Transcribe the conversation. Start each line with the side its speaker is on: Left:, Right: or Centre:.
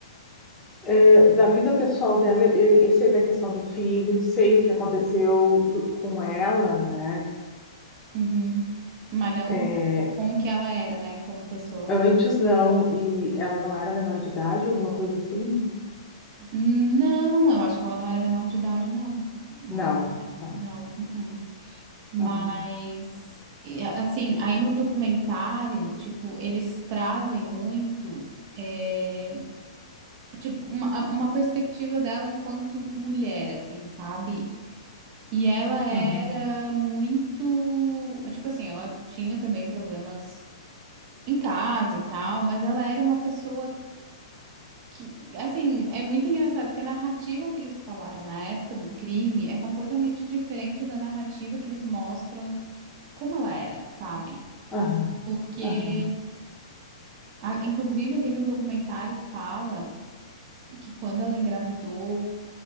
Left: É, da vida pessoal dela, eu, eu sei da questão do filho, sei o que aconteceu do- com ela, né?
Right: Uhum. mas não
Left: É,
Right: como que ela era, né, como pessoa.
Left: antes não, e ela não era menor de idade, alguma coisa assim?
Right: Não, eu acho que ela não era menor de idade, não. Ela
Left: Não,
Right: não era,
Left: tá.
Right: não. uh-uh. Mas,
Left: Aham,
Right: e, a- assim, aí no documentário, tipo, eles trazem muito, é, tipo, uma, a- uma perspectiva dela enquanto mulher, assim, sabe? E ela era
Left: aham,
Right: muito, tipo assim, ela tinha também problemas em casa e tal, mas ela era uma pessoa Que, assim, é muito engraçado porque a narrativa que eles falaram na época do crime é completamente diferente da narrativa que eles mostram como ela era, sabe?
Left: aham,
Right: Porque,
Left: aham.
Right: a- inclusive, ali no documentário fala que quando ela engravidou,